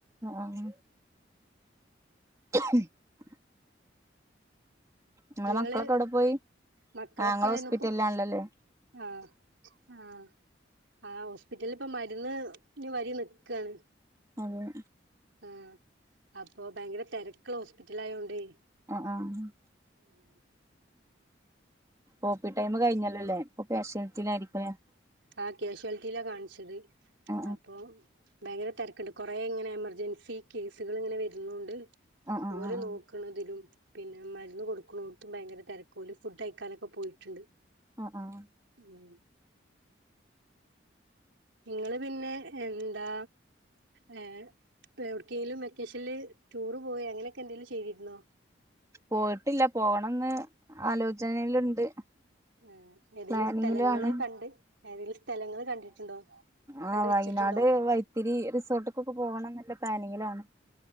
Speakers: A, on the right; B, on the right.
A: ആഹ് <inaudible> നിങ്ങളെ
B: ഇങ്ങള്
A: മക്കളൊക്കെ എവിടെ പോയി
B: മക്കളൊക്കെ
A: ആഹ് ഇങ്ങള് ഹോസ്പിറ്റലിലാണല്ലോല്ലേ
B: ഇന്ന്പ്പം ആഹ് ആഹ് ആഹ് ഹോസ്പിറ്റലിലിപ്പം മരുന്ന് ന് വരി നിക്കാണ്
A: അതേ
B: ആഹ് അപ്പൊ ഭയങ്കര തെരക്ക്ള്ള ഹോസ്പിറ്റൽ ആയോണ്ടെ
A: ആഹ് ആഹ്
B: ഉം
A: ഓപി ടൈം കഴിഞ്ഞല്ലേലഇപ്പം കാശുലിറ്റിയിൽ ആയിരിക്കും ലെ
B: ആഹ് ക്യാഷ്വാലിറ്റിയിലാ കാണിച്ചത്
A: ആ
B: അപ്പൊ ഭയങ്കര തെരക്ക്ണ്ട് കൊറേ ഇങ്ങനെ എമർജൻസി കേസുകൾ ഇങ്ങനെ വരുന്നൊണ്ട്
A: ആ ആ ആ
B: ഓരോ
A: ആ
B: നോ നോക്കണതിലും പിന്നെ മരുന്ന് കൊടുക്കുണൊട്ത്തും ഭയങ്കര തെരക്ക് ഫുഡ് കയിക്കാനൊക്കെ പോയിട്ട്ണ്ട്
A: ആഹ് ആഹ്
B: ഉം ഇങ്ങള് പിന്നെ എന്താ ആഹ് എവിടേക്കെങ്കിലും വെക്കേഷനില് ടൂറ് പോവേ അങ്ങനെയൊക്കെ എന്തെങ്കിലും ചെയ്തിരുന്നോ
A: പോയിട്ടില്ല പോകണംന്ന് ആലോചനയിലുണ്ട്
B: ഉം ഏതേലും
A: പ്ലാനിങ്ങിലാണ്
B: സ്ഥലങ്ങള് കണ്ട് ഏതെങ്കിലും സ്ഥലങ്ങള് കണ്ടിട്ടുണ്ടോ
A: ആഹ്
B: കണ്ട്
A: വയനാട്
B: വെച്ചിട്ടുണ്ടോ
A: വൈത്തിരി റിസോർട്ടക്കൊക്കെ പോകണംന്ന്ള്ള പ്ലാനിങ്ങിലാണ്